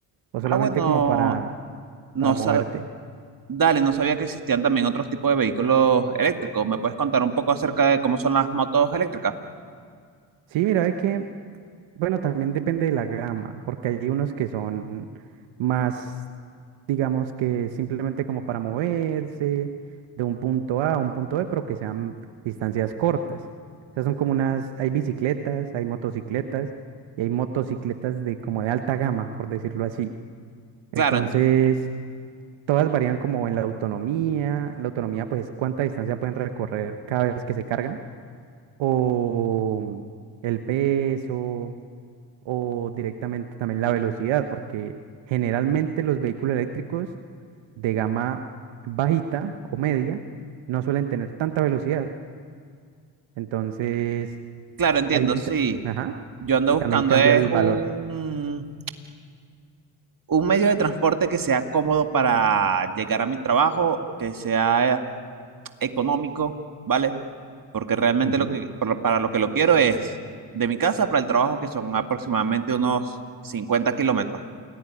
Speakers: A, on the right (about 75°); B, on the right (about 45°).
A: ¿O
B: Ah,
A: solamente
B: bueno,
A: como para,
B: no,
A: para moverte?
B: sa- Dale, no sabía que existían también otros tipos de vehículos eléctricos. ¿Me puedes contar un poco acerca de cómo son las motos eléctricas?
A: Sí, mira, ve que Bueno, también depende de la gama, porque hay unos que son más, digamos que simplemente como para moverse de un punto A a un punto B, pero que sean distancias cortas. O sea, son como unas, hay bicicletas, hay motocicletas y hay motocicletas de como de alta gama, por decirlo así.
B: Claro,
A: Entonces,
B: ent-
A: todas varían como en la autonomía. La autonomía, pues, cuánta distancia pueden recorrer cada vez que se cargan o el peso o directamente también la velocidad, porque generalmente los vehículos eléctricos de gama bajita o media no suelen tener tanta velocidad. Entonces,
B: claro, entiendo,
A: ahí, y,
B: sí.
A: ta- ajá,
B: Yo ando
A: y también
B: buscando
A: cambia
B: es
A: el
B: un,
A: valor.
B: un medio de transporte que sea cómodo para llegar a mi trabajo, que sea eh, económico, ¿vale? Porque realmente
A: Ujú,
B: lo que, por lo- para lo que lo quiero es de mi casa para el trabajo, que son aproximadamente unos 50 kilómetros.